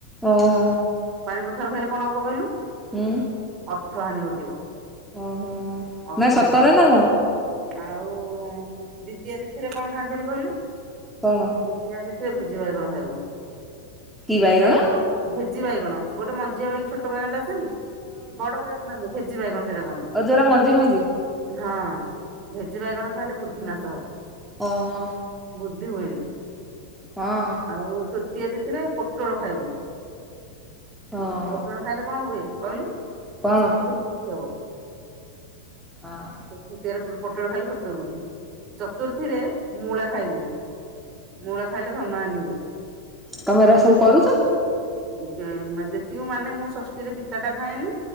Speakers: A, in the centre; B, on the right (about 35°).
A: ଓ ହୋ
B: ପାଣି କଖାରୁ ଖାଇଲେ କଣ ହବ କହିଲୁ?
A: ଉଁ
B: ଅର୍ଥ ହାନି ଘଟିବ।
A: ଉଁ ହୁଁ
B: ଅଥନୁ
A: ନାଇଁ ସତରେ ନା କଣ?
B: ଆଉ ଦ୍ଵିତୀୟା ତିଥିରେ କଣ ଖାଆନ୍ତିନି କହିଲୁ।
A: କଣ?
B: ଦ୍ଵିତୀୟା ତିଥିରେ ଭେଜି ବାଇଗଣ ଖାଇବୁନୁ
A: କି
B: ଦ୍ୱିତୀୟା
A: ବାଇଗଣ
B: ତିଥିରେ ଭେଜି ବାଇଗଣ ଗୋଟେ ମଞ୍ଜିଆ ବାଇକ ଛୋଟ ବଗଣଟେ ଆସେନି ବଡ ବାଇଗଣ ନେ ଭେଜି ବାଇଗଣ ସେଇଟା କହନ୍ତି।
A: ଆଉ ଯୋଉରା ମଞ୍ଜି ମଞ୍ଜି।
B: ହଁ ଭେଜି ବାଇଗଣ ଖାଇଲେ ବୁଦ୍ଧି ନାଶ ହବ।
A: ଓହଁ।
B: ବୁଦ୍ଧି ହୁଏନି।
A: ହଁ।
B: ଆଉ ତୃତୀୟ ତିଥିରେ ପୋଟଳ ଖାଇବୁନୁ।
A: ହଁ।
B: ପୋଟଳ ଖାଇଲେ କଣ ହୁଏ କହିଲୁ
A: କଣ
B: ଶତ୍ରୁ ବୁଧି ହବ।
A: ହଁ।
B: ତୃତୀୟାରେ ପୋଟଳ ଖାଇଲେ ଶତ୍ରୁ ବୃଦ୍ଧି ଚତୁର୍ଥୀରେ ମୂଳା ଖାଇବୁନୁ। ମୂଳା ଖାଇଲେ ଧନ ହାନି ହୁଏ।
A: ତମେ ଏରା, ସବୁ କରୁଚ।
B: ଅ, ତ ମା-ଯେତିକି ମାନେ ମୁଁ ଷଷ୍ଠୀ ରେ ପିତା ଟା ଖାଏନି।